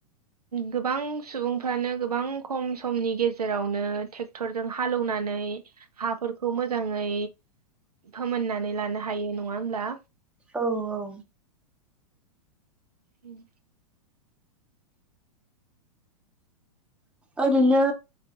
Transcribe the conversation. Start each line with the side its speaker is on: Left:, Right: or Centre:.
Right: गोबां सुबुंफ्रानो गोबां खम समनि गेजेरावनो ट्रेक्टरजों हालौ नानै हाफोरखौ मोजाङै फोमोननानै लानो हायो नङा होमब्ला?
Centre: औ औ।
Right: उम।
Centre: ओरैनो